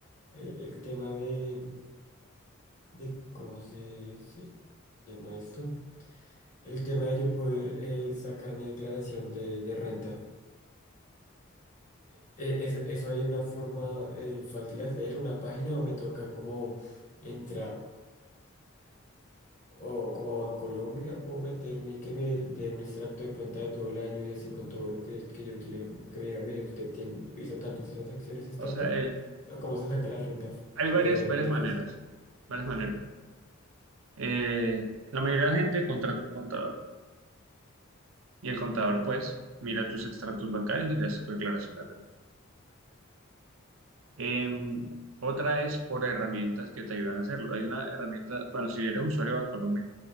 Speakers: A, on the left; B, on the right.
A: el tema de, de cómo se, se llama esto, el tema de yo poder eh, sacar mi declaración de, de renta. Eh, ¿eso, eso hay una forma eh, fácil de hacer, una página, o me toca como entrar, o como Bancolombia, puedo meterme y que me dé un extracto de cuenta de todo el año y así con todo lo que, que yo utilizo, para que me diga, mire, usted tiene, hizo tantas transacciones, es
B: O
A: tanto,
B: sea, el-
A: o cómo se saca la renta f-
B: hay
A: medianamente
B: varias, varias maneras,
A: fácil.
B: varias maneras. Eh, la mayoría de la gente contrata un contador. Y el contador, pues, mira tus extractos bancarios y te hace tu declaración de renta. Em, otra es por herramientas que te ayudan a hacerlo. Hay una herramienta, bueno, si eres usuario de Bancolombia